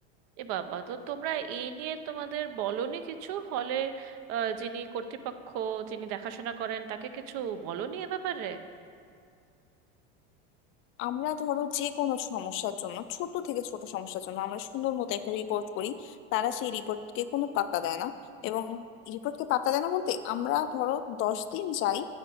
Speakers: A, on the right; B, on the left.
A: এ বাবা তো তোমরা এই নিয়ে তোমাদের বলনি কিছু হলে যিনি কর্তৃপক্ষ যিনি দেখাশোনা করেন তাকে কিছু বলনি এ ব্যাপারে
B: আমরা ধরো যে কোনো সমস্যার জন্য ছোট থেকে ছোট সমস্যার জন্য আমরা সুন্দর মতো একটা রিপোর্ট করি তারা সেই রিপোর্টকে কোনো পাত্তা দেয় না এবং রিপোর্টকে পাত্তা দেয় না বলতে আমরা ধরো দশ দিন যাই